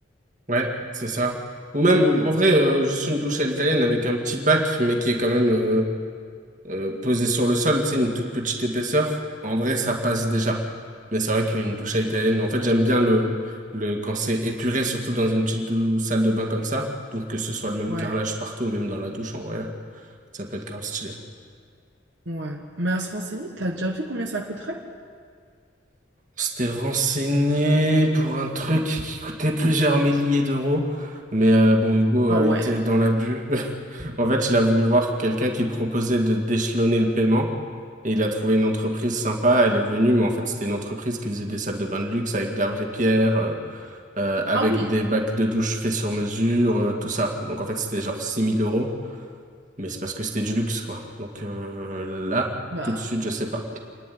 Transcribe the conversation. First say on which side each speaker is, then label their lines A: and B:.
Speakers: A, on the right (about 40°); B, on the right (about 70°).
A: Ouais, c'est ça. Ou même, en vrai, euh, juste une douche à l'italienne avec un petit bac, mais qui est quand même euh, euh, posé sur le sol, tu sais, une toute petite épaisseur. En vrai, ça passe déjà. Mais c'est vrai qu'une douche à l'italienne, en fait, j'aime bien le, le, quand c'est épuré, surtout dans une petite dou- salle de bain comme ça. Donc, que ce soit le même
B: Ouais,
A: carrelage partout, même dans la douche, en vrai, ça peut être grave stylé.
B: ouais. Mais à se renseigner, t'as déjà vu combien ça coûterait?
A: On s'était renseigné pour un truc qui coûtait plusieurs milliers d'euros. Mais euh, bon, Hugo
B: Ah
A: a
B: ouais.
A: été dans l'abus. <laughs> En fait, il a voulu voir quelqu'un qui proposait de d'échelonner le paiement. Et il a trouvé une entreprise sympa. Elle est venue, mais en fait, c'était une entreprise qui faisait des salles de bain de luxe avec de la vraie pierre, euh, euh, avec
B: Ah oui.
A: des bacs de douche faits sur mesure, euh, tout ça. Donc, en fait, c'était genre six mille euros. Mais c'est parce que c'était du luxe, quoi. Donc euh, là,
B: Bah,
A: tout de suite, je sais pas.